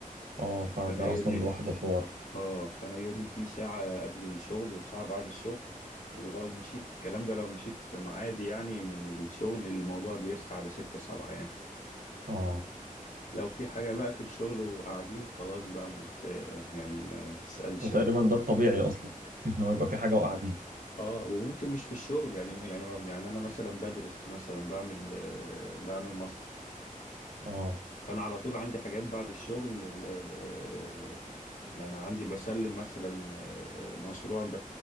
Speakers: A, on the right; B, on the left.
A: اه فده
B: فانا يومي
A: اصلا لوحده حوار
B: اه فانا يومي فيه ساعة قبل الشغل وساعة بعد الشغل ولو مشيت الكلام ده لو مشيت في ميعادي يعني من الشغل الموضوع بيرسى على ستة سبعة يعني
A: اه
B: لو في حاجة بقى في الشغل وقاعدين خلاص بقى ما ت... يعني ما تسألش
A: وتقريبا
B: بقى.
A: ده الطبيعي اصلا <laughs> ان هو يبقى في حاجه وقاعدين
B: اه وممكن مش في الشغل يعني يعني يعني انا مثلا بدرس مثلا بعمل آه، بعمل ماستر
A: اه
B: فانا على طول عندي حاجات بعد الشغل ال- ال- آه، يعني عندي بسلم مثلا آه، مشروع ب-